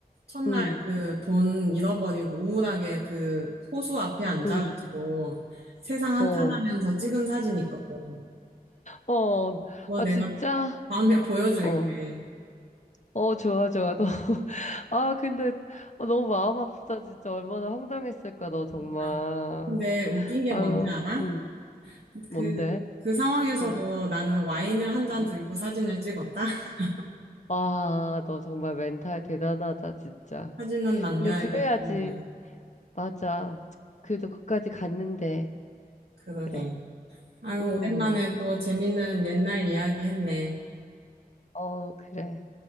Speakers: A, on the right; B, on the left.
A: 첫날
B: 응,
A: 그 돈 잃어버리고 우울하게 그 호수 앞에 앉아가지고
B: 응,
A: 세상 한탄하면서
B: 어,
A: 찍은 사진 있거든.
B: 어,
A: 그거
B: 아,
A: 내가
B: 진짜?
A: 다음에 <laughs> 보여줄게.
B: 어, 어, 좋아, 좋아. 너, <laughs> 아, 근데 어, 너무 마음 아프다, 진짜. 얼마나 황당했을까, 너 정말.
A: 그러니까 근데 웃긴 게
B: 아유,
A: 뭔지 알아?
B: 응, 뭔데?
A: 그, 그 상황에서도
B: 응,
A: 나는 와인을 한 잔
B: 응.
A: 들고 사진을 찍었다? <laughs>
B: 와, 너 정말 멘탈 대단하다, 진짜.
A: 사진은 남겨야겠기.
B: 근데 그래야지, 맞아. 그래도 거기까지 갔는데,
A: 그러게.
B: 그래.
A: 아유,
B: 음,
A: 오랜만에 또 재밌는 옛날 이야기 했네.
B: 어, 그래.